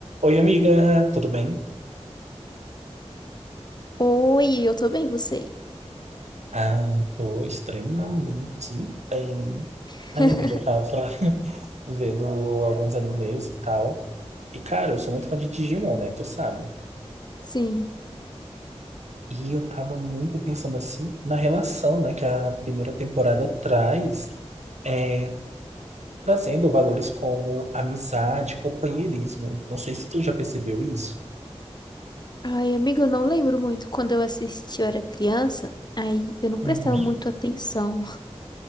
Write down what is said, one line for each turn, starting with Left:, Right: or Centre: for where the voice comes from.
Right: Oi, amiga, tudo bem?
Left: Oi, eu tô bem, você?
Right: Ah, tô extremamente bem.
Left: <laughs>
Right: Ai, amiga, eu tava <laughs> vendo alguns animes e tal. E, cara, eu sou muito fã de Digimon, né? Tu sabe?
Left: Sim.
Right: E eu tava muito pensando, assim, na relação, né, que a primeira temporada traz, é, trazendo valores como amizade, companheirismo. Não sei se tu já percebeu isso.
Left: Ai, amiga, eu não lembro muito. Quando eu assisti, eu era criança, aí eu não prestava
Right: Uhum.
Left: muito atenção.